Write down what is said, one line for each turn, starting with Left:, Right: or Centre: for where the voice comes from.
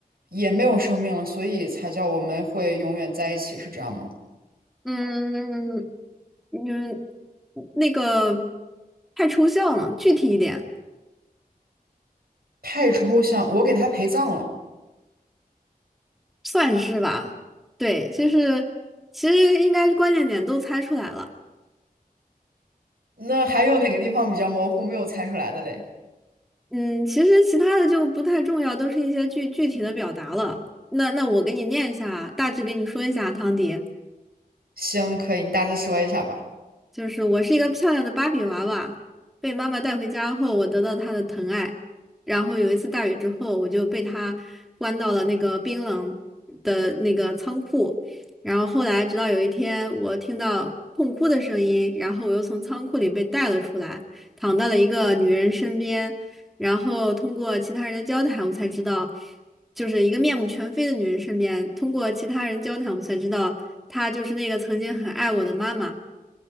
Right: 也没有生命了，所以才叫我们会永远在一起，是这样吗？
Centre: 嗯嗯，那个太抽象了，具体一点，
Right: 太抽象，我给他陪葬了。
Centre: 算是吧。对，就是其实应该是关键点都猜出来了。
Right: 那还有哪个地方比较模糊，没有猜出来的嘞？
Centre: 嗯，其实其他的就不太重要，都是一些具具体的表达了。那那我给你念一下，大致给你说一下，汤迪。
Right: 行，可以，你大致说一下吧。
Centre: 就是我是一个漂亮的芭比娃娃，被妈妈带回家后，我得到她的疼爱。然后有一次大雨之后，我就被她关到了那个冰冷的那个仓库。然后后来，直到有一天，我听到痛哭的声音，然后我又从仓库里被带了出来，躺到了一个女人身边。然后通过其他人的交谈，我才知道，就是一个面目全非的女人身边。通过其他人交谈，我才知道，她就是那个曾经很爱我的妈妈。